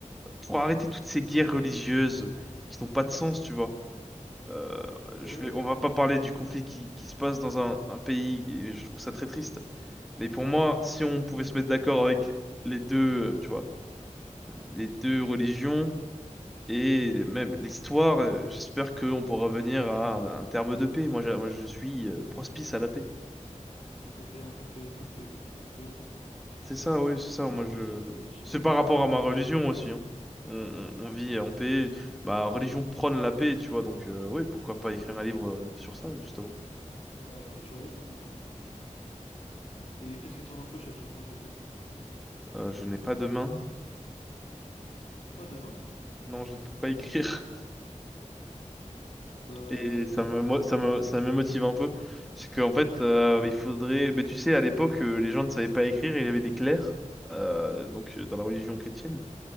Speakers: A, in the centre; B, on the left.
A: pour arrêter toutes ces guerres religieuses qui n'ont pas de sens, tu vois. Euh,
B: Ouais.
A: je vais, on va pas parler du conflit qui, qui se passe dans un, un pays, et je trouve ça très triste. Mais pour moi, si on pouvait se mettre d'accord avec les deux, euh, tu vois, les deux religions
B: Hmm.
A: et même l'histoire, euh, j'espère qu'on pourra venir à un, un terme de paix. Moi, j'a- moi, je suis euh, prospice à la paix.
B: Mais toi, t'es un mec euh, full paix, quoi. Que la paix.
A: C'est ça, oui, c'est ça.
B: Non,
A: Moi,
B: bah,
A: je.
B: c'est c'est
A: C'est
B: honorable,
A: par rapport à
B: hein,
A: ma
B: après.
A: religion aussi. hein. On, on- on vit en paix. Ma religion prône la paix, tu vois. Donc, euh, oui, pourquoi pas écrire un livre euh, sur ça, justement.
B: Bah, après, tu as raison. hein, c'est- Et qu'est-ce qui t'en empêche actuellement de le faire?
A: Euh, je n'ai pas de main.
B: T'as pas de main?
A: Non, je ne peux pas écrire. <laughs>
B: Bah,
A: Et ça
B: comment
A: me,
B: tu veux
A: mo-
B: faire alors?
A: ça me, ça me motive un peu. C'est qu'en fait, euh, il faudrait. Mais tu sais, à l'époque, euh, les gens ne savaient pas écrire. Il y avait des clercs, euh, donc euh, dans la religion chrétienne,